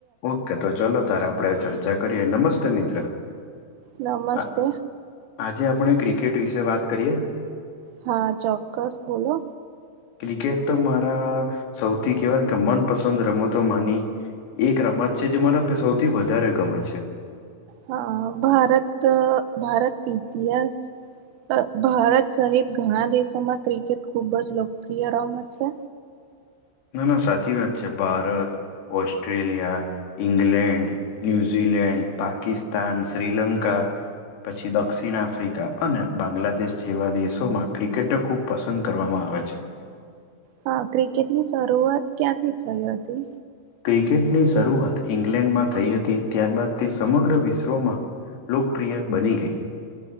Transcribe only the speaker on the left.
ઓકે! તો ચલો તારે આપડે ચર્ચા કરીએ, નમસ્તે મિત્ર.
આ- આજે આપણે ક્રિકેટ વિશે વાત કરીએ.
ક્રિકેટ તો મારા સૌથી કેહેવાય કે મનપસંદ રમતો માની એક રમત છે જે મને સૌથી વધારે ગમે છે.
ના-ના સાચી વાત છે Bharat, Australia England, New Zealand, Pakistan, Sri Lanka પછી દક્ષિણ આફ્રિકા અને બાંગ્લાદેશ જેવા દેશોમાં ક્રિકેટ ખૂબ પસંદ કરવામાં આવે છે.
ક્રિકેટની શરૂઆત ઈંગ્લેન્ડમાં થઈ હતી. ત્યાર બાાદ તે સમગ્ર વિશ્વમાં લોકપ્રિય બની ગઈ.